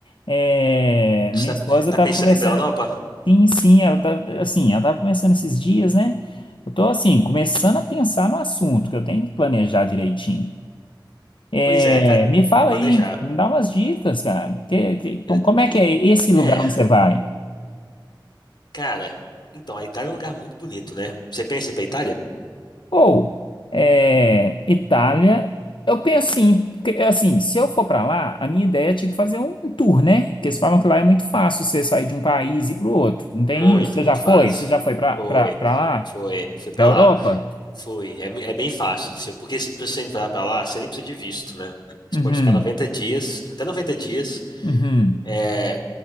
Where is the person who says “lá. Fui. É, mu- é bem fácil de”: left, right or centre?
Left